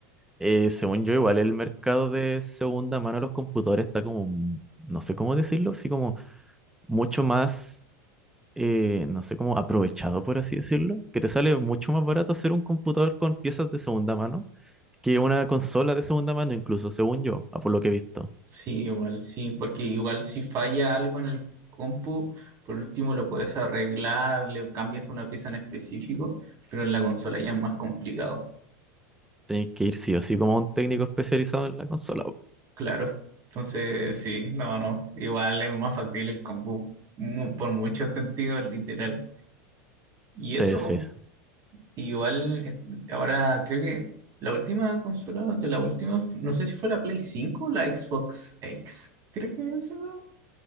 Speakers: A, in the centre; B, on the right.
A: eh, según yo, igual el mercado de segunda mano de los computadores está como, m- no sé cómo decirlo, así como mucho más, eh, no sé cómo, aprovechado, por así decirlo, que te sale mucho más barato hacer un computador con piezas de segunda mano que una consola de segunda mano, incluso, según yo, a por lo que he visto.
B: Sí, igual, sí, porque igual si falla algo en el compu, por último lo puedes arreglar, le cambias una pieza en específico, pero en la consola ya es más complicado,
A: Tenéis que ir sí o sí como a un técnico especializado en la consola.
B: claro. Entonces, sí, no, no, igual es más factible el compu, mu- por muchos sentidos, literal. Y
A: Sí,
B: eso,
A: sí. sí.
B: igual, es- ahora creo que la última consola de la última, no sé si fue la Play cinco o la Xbox X, creo que esa. ¿no?